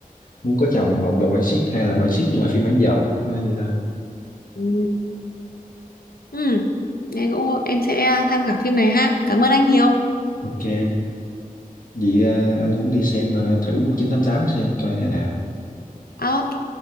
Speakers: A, on the left; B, on the left.
A: muốn có chồng một là quan siết, hai là quan siết nhưng mà phiên bản giàu, nói vậy thôi.
B: ừ. ừ. Nghe cũng em sẽ tham khảo phim này ha cảm ơn anh nhiều
A: Ok, vậy à, anh cũng đi xem à, thử 1988 xem coi thế nào.
B: ok